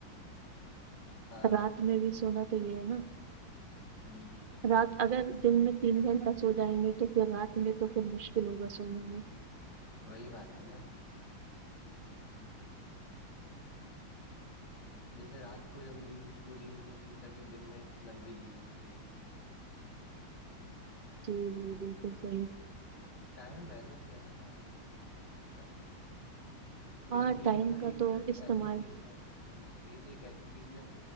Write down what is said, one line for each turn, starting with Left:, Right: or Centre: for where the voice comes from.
Left: ہاں
Right: رات میں بھی سونا تو یہ ہے نا
Left: ہوں
Right: رات اگر دن میں تین گھنٹہ سو جائیں گے تو پھر رات میں تو پھر مشکل ہوگا سونے میں
Left: وہی بات ہے نا جیسے رات کو جب نیند پوری نہیں ہوتی تبھی دن میں لمبی نیند ہوتی ہے
Right: جی جی بالکل صحیح
Left: ٹائم مینج کرنا آنا چاہیے انسان کو
Right: ہاں
Left: لیکن یہی
Right: ٹائم
Left: تو
Right: کا
Left: ایک
Right: استعمال
Left: ایسی چیز ہے ہ یہی تو ایک ایسی چیز ہے